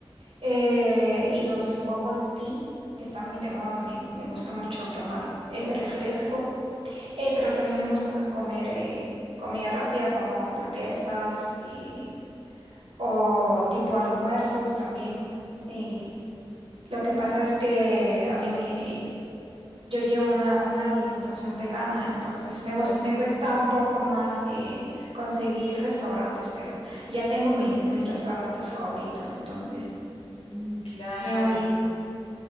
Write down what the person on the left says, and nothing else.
Oh,
mm, claro,